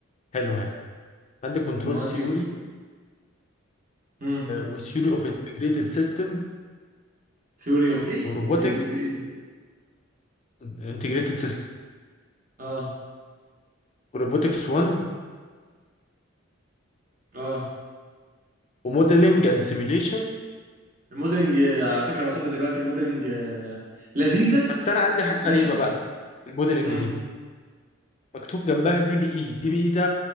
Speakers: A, on the left; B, on the right.
A: حلوه يعني عندي كنترول
B: المواد
A: ثيوري
B: ايه امم
A: وثيوري اوف انتجريتد سيستم
B: ثيوري اوف ايه
A: وروبوتكس
B: انتجريتد ايه
A: انتجريتد سيستم
B: اه
A: وروبوتكس 1
B: اه
A: وموديلنج اند سيميليشن
B: الموديلنج آه، على فكره واخدها دلوقتي الموديلنج آه، لذيذه
A: بس انا عندي حاجه
B: ماشي
A: غريبه بقى في الموديلنج
B: امم
A: دي مكتوب جنبها دي بي اي دي بي اي ده